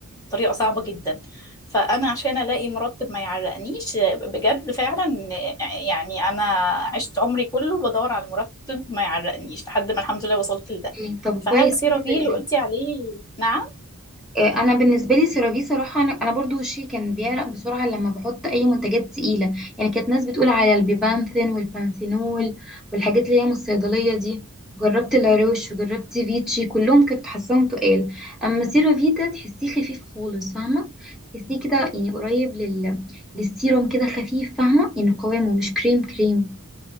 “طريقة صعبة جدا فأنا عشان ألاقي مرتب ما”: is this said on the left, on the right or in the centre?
Left